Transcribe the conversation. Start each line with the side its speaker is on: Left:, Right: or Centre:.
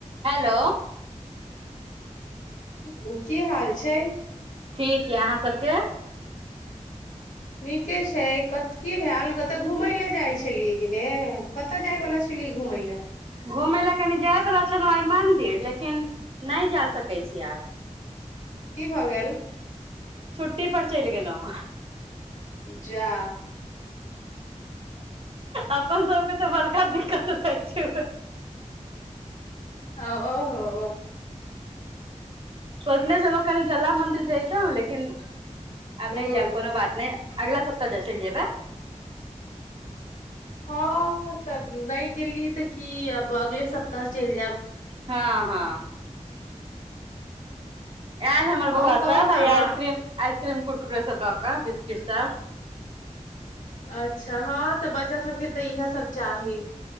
Right: Hello
Left: हू की हाल छै
Right: ठीक यऽ अहाँ सबके
Left: नीके छै क की भेल कतहु घूमय ले जाइ छै छलियै कि नेऽ कतऽ जाय बलाा छलियै घुमै लए
Right: घुम लए कनि जाय प छल मंदिर लेकिन नय जा सकै छी आब
Left: की भऽ गेल
Right: छुट्टी पर चल गेलो हँ
Left: जा
Right: अपन सबके तऽ बड़का दिक्कत रहइ छै
Left: आ ओ हो ओ
Right: सोचने छलहु कनि जला मन्दिर जयतु लेकिन आब
Left: हूँ
Right: नहि जाब कोनो बात नहि अगला सप्ताह जा चलियए बा
Left: हँ तब नहि गेली तऽ कि आब अगले स तह चलि जाब
Right: हँ हँ आयल हमर बौआ
Left: आओर कहू
Right: सब
Left: ने
Right: भा
Left: अहाँ
Right: आइसक्रीम-आइसक्रीम कुटकुटेस लऽ क किता
Left: अच्छा हँ तऽ बच्चा सबके तऽ इएह सब चाही